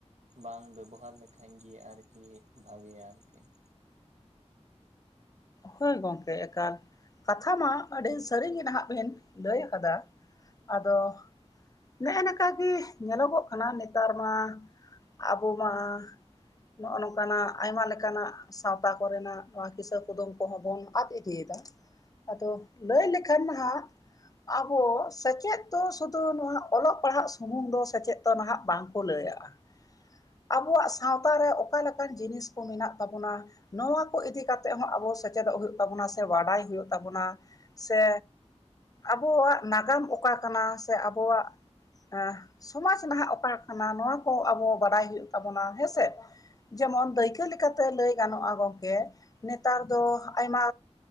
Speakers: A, on the right; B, on the left.
A: ᱵᱟᱝ ᱵᱮᱵᱚᱦᱟᱨ ᱞᱮᱠᱷᱟᱱ ᱜᱮ ᱟᱨᱠᱤ ᱵᱷᱟᱜᱮᱭᱟ ᱟᱨᱠᱤ ᱾
B: ᱦᱳᱭ ᱜᱚᱝᱠᱮ ᱮᱠᱟᱞ, ᱠᱟᱛᱷᱟ ᱢᱟ ᱟᱹᱰᱤ ᱥᱟᱹᱨᱤᱜ ᱜᱮ ᱱᱟᱼᱦᱟᱸᱜ ᱵᱤᱱ ᱞᱟᱹᱭ ᱟᱠᱟᱫᱟ ᱾ ᱟᱫᱚ ᱱᱮᱜᱼᱮ ᱱᱝᱠᱟ ᱜᱮ ᱧᱮᱞᱚᱜᱚᱜ ᱠᱟᱱᱟ ᱱᱮᱛᱟᱨ ᱢᱟ ᱟᱵᱚ ᱢᱟ ᱱᱚᱜᱼᱚ ᱱᱚᱝᱠᱟᱱᱟᱜ ᱟᱭᱢᱟ ᱞᱮᱠᱟᱱᱟᱜ ᱥᱟᱶᱛᱟ ᱠᱚ ᱨᱮᱱᱟᱜ ᱱᱚᱣᱟ ᱠᱤᱥᱟᱹ ᱠᱩᱫᱩᱢ ᱠᱚᱦᱚᱸ ᱵᱚᱱ ᱟᱫ ᱤᱫᱤᱭᱮᱫᱟ, ᱟᱫᱚ ᱞᱟᱹᱭ ᱞᱮᱠᱷᱟᱱ ᱱᱟᱼᱦᱟᱸᱜ ᱟᱵᱚ ᱥᱮᱪᱮᱫ ᱫᱚ ᱥᱩᱫᱩ ᱱᱚᱣᱟ ᱚᱞᱚᱜ ᱯᱟᱲᱦᱟᱜ ᱥᱩᱢᱩᱝ ᱫᱚ ᱥᱮᱪᱮᱫ ᱫᱚ ᱱᱟᱼᱦᱟᱸᱜ ᱵᱟᱝᱠᱚ ᱞᱟᱹᱭᱟᱜᱼᱟ ᱾ ᱟᱵᱚᱣᱟᱜ ᱥᱟᱶᱛᱟ ᱨᱮ ᱚᱠᱟ ᱞᱮᱠᱟᱱ ᱡᱤᱱᱤᱥ ᱠᱚ ᱢᱮᱱᱟᱜ ᱛᱟᱵᱚᱱᱟ ᱱᱚᱣᱟ ᱠᱚ ᱤᱫᱤ ᱠᱟᱛᱮ ᱦᱚᱸ ᱟᱵᱚ ᱥᱮᱪᱮᱫᱚᱜ ᱦᱩᱭᱩᱜ ᱛᱟᱵᱚᱱᱟ, ᱥᱮ ᱵᱟᱰᱟᱭ ᱦᱩᱭᱩᱜ ᱛᱟᱵᱚᱱᱟ, ᱥᱮ ᱟᱵᱚᱣᱟᱜ ᱱᱟᱜᱟᱢ ᱚᱠᱟ ᱠᱟᱱᱟ ᱥᱮ ᱟᱵᱚᱣᱟᱜ ᱮᱸ ᱥᱚᱢᱟᱡ ᱱᱟᱦᱟᱜ ᱚᱠᱟ ᱠᱟᱱᱟ ᱱᱚᱣᱟ ᱠᱚ ᱟᱵᱚ ᱵᱟᱰᱟᱭ ᱦᱩᱭᱩᱜ ᱛᱟᱵᱚᱱᱟ ᱦᱮᱸᱥᱮ ᱾ ᱡᱮᱢᱚᱱ ᱫᱟᱹᱭᱠᱟᱹ ᱞᱮᱠᱟᱛᱮ ᱞᱟᱹᱭ ᱜᱟᱱᱚᱜᱼᱟ ᱜᱚᱝᱠᱮ ᱱᱮᱛᱟᱨ ᱫᱚ ᱟᱭᱢᱟ